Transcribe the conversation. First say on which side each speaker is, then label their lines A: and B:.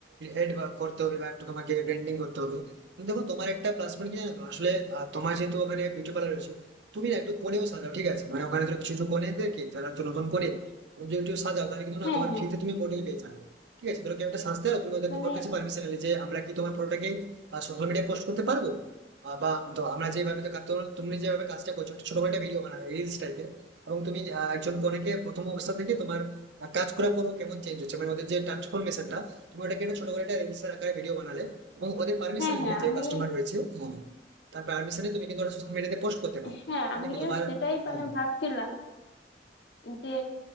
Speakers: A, on the right; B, on the left.
A: এড করতে হবে বা একটু তোমাকে ব্র্যান্ডিং করতে হবে কিন্তু দেখো তোমার একটা প্লাস পয়েন্ট কি জানো তো আসলে আহ, তোমার যেহেতু ওখানে বিউটি পার্লার রয়েছে তুমি না একটু কোণেও সাজাও ঠিক আছে মানে ওখানে ধরো কিছু কিছু কোণেদেরকে যারা একটু নতুন করে তুমি যদি একটু সাজাও তাহলে কিন্তু না
B: হ্যাঁ
A: তোমার
B: হ্যাঁ
A: ফ্রিতে তুমি মডেল পেয়ে যাবে ঠিক আছে ধরো কেউ একটা সাজতে হবে তুমি ওদের-
B: মানে
A: ওর কাছে পারমিশন নিলে যে আমরা কি তোমার ফটোটাকে সোশ্যাল মিডিয়ায় পোস্ট করতে পারবো আহ, বা তো আমরা যেভাবে তো কা- তো তুমি যেভাবে কাজটা করছো ছোট একটা ভিডিও বানাবে রিলস টাইপের এবং তুমি আহ, একজন কনেকে প্রথম অবস্থা থেকে তোমার আহ, কাজ করার পরও কেমন চেঞ্জ হচ্ছে মানে ওদের যে ট্রান্সফরমেশনটা তুমি ওটাকে একটা ছোট করে একটা রিলসের আকারে ভিডিও বানালে এবং ওদের পারমিশন
B: হ্যাঁ হ্যাঁ
A: নিয়ে যে
B: আমি
A: কাস্টমার রয়েছে হ্যাঁ, তার পারমিশনে তুমি কিন্তু ওটা সোশ্যাল মিডিয়াতে পোস্ট করতে পারো
B: হ্যাঁ
A: তাহলে
B: আমিও
A: কি তোমার
B: সেটাই মানে
A: হ্যাঁ
B: ভাবছিলাম যে